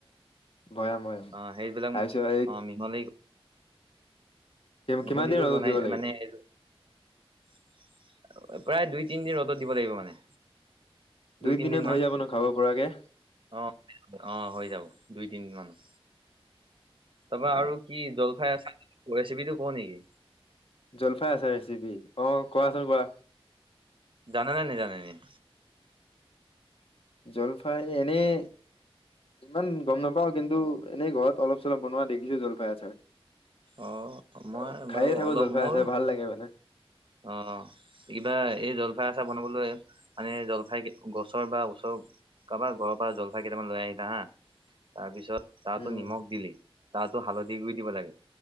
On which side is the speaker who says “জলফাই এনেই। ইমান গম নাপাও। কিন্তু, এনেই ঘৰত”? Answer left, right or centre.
Left